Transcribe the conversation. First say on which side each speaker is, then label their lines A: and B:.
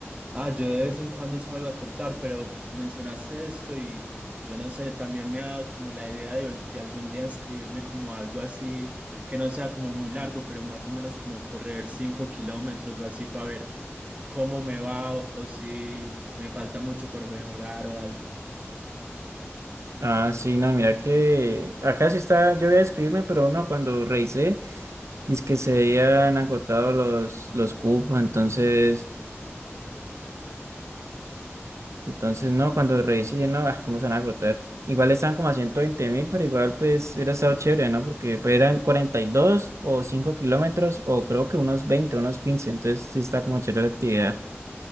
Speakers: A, on the right (about 30°); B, on the right (about 85°).
A: Ah, yo de vez en cuando salgo a trotar, pero mencionaste esto y yo no sé, también me ha dado como la idea de, de algún día escribirme como algo así, que no sea como muy largo, pero más o menos como correr cinco kilómetros o así para ver cómo me va o, o si me falta mucho por mejorar o algo.
B: Ah, sí, no, mira que acá sí está, yo voy a escribirme, pero no, cuando revisé, dice que se habían agotado los, los cupos, entonces... Entonces, no, cuando revisé, dije, no, ah, cómo se van a agotar. Igual estaban como a ciento veinte mil, pero igual pues hubiera estado chévere, ¿no? Porque pues, eran 42 o 5 kilómetros o creo que unos 20 unos quince entonces sí está como chévere la actividad.